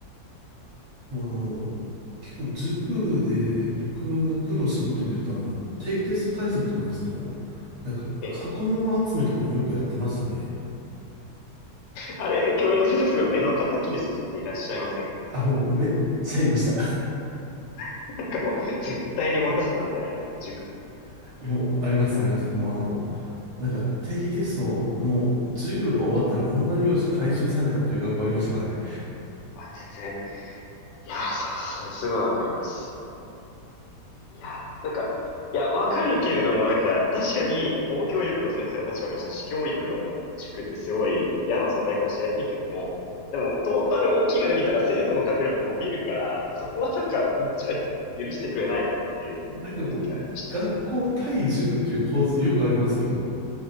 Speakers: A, on the right (about 55°); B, on the left (about 85°).
A: もうあの、結構塾で僕が苦労したことで言うとあの、定期テスト対策とかにその、なんか過去問集めとかもよくやってましたね。
B: ええ。あれ、教員の先生すごい目の敵にする先生いらっしゃいませんか
A: あ、もうめっちゃいました。
B: <laughs> なんかもう、絶対に漏らすなみたいな塾に。
A: <laughs> もうあります、あります。もうあの、なんか定期テストの授業が終わったら問題用紙回収されたっていう学校ありましたからね。
B: あ、全然。いや、そう、そうすごいわかります。いや、なんか、いや、わかるけれども、なんか、確かに、公教育の先生の立場からしたら、私教育の塾ってすごい嫌な存在かもしれないけども、でも、トータル大きい目で見たら、生徒の学力伸びるから、そこはなんか、もうちょい許してくれないのって思う時ありました
A: なんかこう、学校対塾っていう構図よくありますけど、